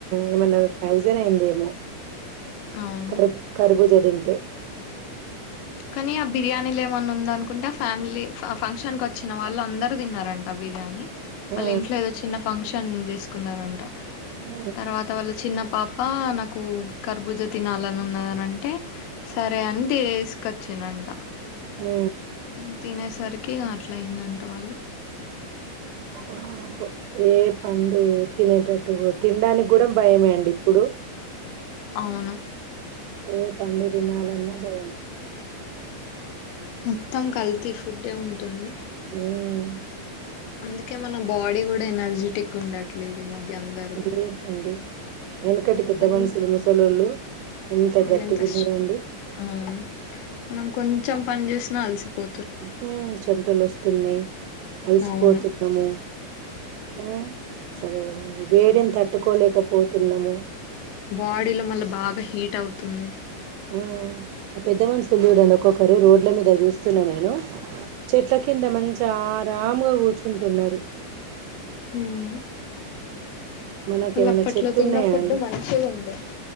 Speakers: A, on the right; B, on the left.
A: ఏమన్నా ఫైజన్ అయింది ఏమో
B: అవును
A: కర్ కర్బ్ నేనింతే
B: కానీ ఆ బిర్యానీలు ఏమన్నా ఉంద అనుకుంటే ఆ ఫ్యామిలీ ఫ ఫంక్షన్ క వచ్చిన వాళ్ళు అందరు తిన్నారంట ఆ బిర్యానీ వాళ్ళ
A: ఆ
B: ఇంట్లో ఏదో చిన్న ఫంక్షన్ షన్ చేసుకున్నారంట
A: ఆ,
B: తర్వాత వల్ల చిన్న పాప్ ప్ప నాకు కర్భుజ తినాలని ఉన్నదని అంటే సరే అని తీస్ కచ్చిండంట
A: ఆ,
B: మ్మ్ తినేస్ సరికే అట్లా అయిందట వాళ్ళు
A: పాపం ఏ పండు తినేటట్టు ట్టు తినడానికి కూడా భయమే అండి ఇప్పుడు
B: అవును
A: ఏ పండు తినాలన్న భయం
B: మొత్తం కల్తీ ఫుడ్డే ఉంటుంది
A: మ్మ్
B: అందుకే మన బాడీ కూడా ఎనర్జెటిక్గా ఉండట్లేదు ఈ మధ్య అందరిది
A: లేదండి వెనకటి పెద్ద
B: కొం-
A: మనుషులు ముసలోళ్ళు ఎంత
B: వాళ్ళు
A: గట్టిగా ఉన్నారండి
B: స్- అవును మనం కొంచెం పని చేసినా అలసిపో
A: ఉమ్ చెమటలు వస్తున్నాయి అలసిపోతున్నాము
B: అవును
A: ఆ అసలు వేడిని తట్టుకోలేకపోతున్నాము
B: బాడీ లో మళ్ళా బాగా హీట్ అవుతుంది
A: ఆ ఆ పెద్ద మనుషులు చూడండి ఒక్కొక్కరు రోడ్ల మీద చూస్తున్నా నేను చెట్ల కింద మంచిగా ఆరాంగ కూర్చుటున్నారు
B: ఉమ్
A: మనకేమైనా
B: వాళ్ళు అప్పట్లో
A: చెట్లు
B: తిన్న
A: ఉన్నాయా
B: ఫుడ్డు
A: అండి
B: మంచి గుండే